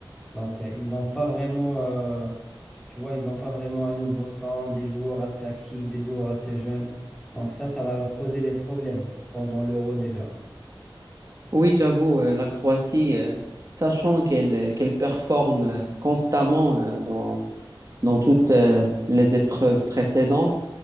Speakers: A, in the centre; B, on the right.
A: Donc, euh, ils n'ont pas vraiment, euh, tu vois, ils n'ont pas vraiment un nouveau sang, des joueurs assez actifs, des joueurs assez jeunes. Donc ça, ça va leur causer des problèmes pendant l'Euro déjà.
B: Oui, j'avoue, euh, la Croatie, euh, sachant qu'elle euh, qu'elle performe euh, constamment euh, dans, dans toutes euh, les épreuves précédentes,